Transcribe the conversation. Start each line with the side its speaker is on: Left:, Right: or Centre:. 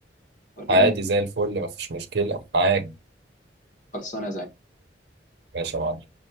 Left: ولا
Right: عادي
Left: ايه
Right: زي الفل مفيش مشكلة معاك
Left: خلصانه يا زعيم.
Right: ماشي يا معلم